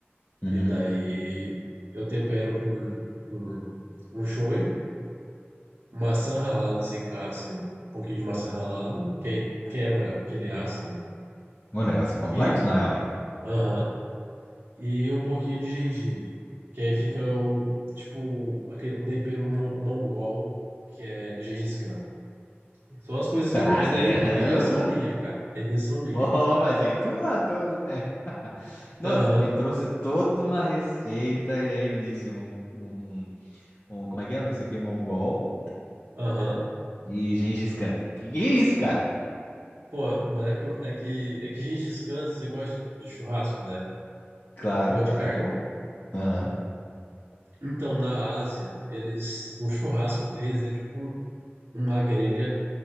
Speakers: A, on the left (about 45°); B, on the right (about 60°).
A: Uhum.
B: E daí eu tempero com, com um shoyu, maçã ralada sem casca, um pouquinho de maçã ralada, que aí quebra aquele ácido,
A: O negócio é complexo,
B: e,
A: na real, hein?
B: aham, e um pouquinho de gengibre, que aí fica um, tipo, aquele- um tempero mo- mongol, que é do Gengis Khan. São as coisas que
A: Caramba!
B: eu, isso daí é invenção minha, cara, é invenção minha.
A: Pô, mas aí tu matou, né? <laughs> Não,
B: Aham,
A: tu me trouxe toda uma receita e aí me disse um, um, um como é que é? Não sei o que, mongol.
B: aham.
A: De Gengis Khan. Que que é isso, cara?
B: Pô, mas é que, eu- é que, é que Gengis Khan, você gosta de churrasco, né?
A: Claro,
B: Você gosta
A: claro,
B: de carne.
A: pô. Aham.
B: Então, na Ásia, eles, o churrasco deles é tipo um- uma grelha